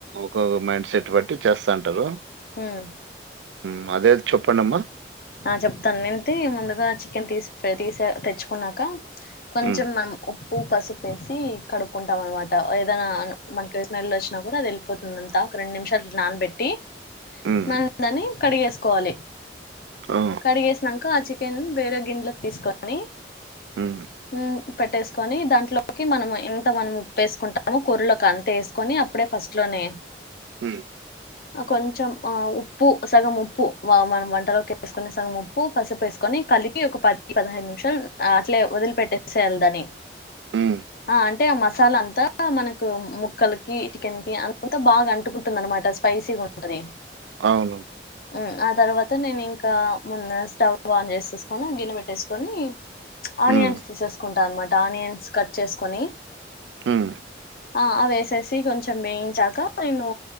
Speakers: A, on the right; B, on the left.
A: ఒకో మైండ్ సెట్ బట్టి చేస్తంటరు
B: హ్మ్
A: ఉమ్ అదే చెప్పండి అమ్మ
B: ఆ చెప్తాన్ నైతే ముందుగా చికెన్ తీసి తీస తెచ్చుకున్నాక కొంచెం
A: హ్మ్.
B: మనం ఉప్పు పసుపు ఎసి కడుక్కుంటాం అనమాట ఏదైనా మనకి స్మెల్ వచ్చినా కూడా అది వెళ్ళిపోతుంది అంత ఒక రెండు నిమిషాలు నానబెట్టి
A: హ్మ్.
B: మ దన్ని కడిగేసుకోవాలి
A: ఆ!
B: కడిగేసినంక ఆ చికెన్ వేరే గిన్నెలోకి తీసుకోని
A: హ్మ్.
B: ఉ పెట్టేసుకొని దాంట్లోకి మనము ఇంత మనము ఉప్పేసుకుంటాము కురలోకి అంత ఎసుకొని అప్పుడే ఫస్ట్ లో నీ
A: ఉ
B: అ కొంచం ఆ ఉప్పు సగం ఉప్పు వా మనం వంటలోకి వేసుకునే సగం ఉప్పు పసుపు ఎసుకొని కలిపి ఒక పది పదహైదు నిమిషాల్ అట్లే వదిలిపెట్టేసెయ్యాలీ దాన్ని
A: హ్మ్.
B: ఆ అంటే ఆ మసాలా అంతా మనకు ముక్కలకి చికెన్ కి అంతా బాగా అంటు కుంటున్ దన్నమాట స్పైసిగుంటది
A: అవును.
B: ఉమ్ ఆ తర్వాత నెన్ ఇంకా కా మున్న స్టవ్ ఆన్ చేసేసుకొని గిన్నె పెట్టేసుకొని ఆనియన్స్
A: హ్మ్.
B: తీసేసుకుంటా అన్నమాట ఆనియన్స్ కట్ చేసుకొని
A: హ్మ్.
B: ఆ అవేసేసి కొంచెం వేయించాక నేను